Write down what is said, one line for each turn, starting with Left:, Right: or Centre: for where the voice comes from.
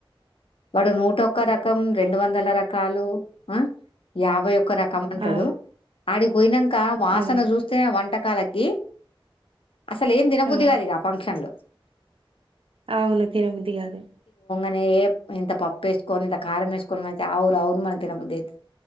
Left: వాడు నూట ఒక్క రకం రెండు వందల రకాలు ఆ యాభై ఒ ఒక రకం అంటాడు
Right: ఆ
Left: ఆడికి పోయినాక వాసన
Right: అవును
Left: చూస్తేనే వంటకాలు అం టె అసలు ఏం దినబుద్ధి
Right: ఆ
Left: కాదు ఇగా ఫంక్షన్లో
Right: అవును తినబుద్ది గాదు
Left: మ ఏం ఇంత పప్పు వేస్కొనీ ఇంత కారం మేస్కొనీ మంటె అవురు అవూరు మనీ తినా బుద్ది అయితది.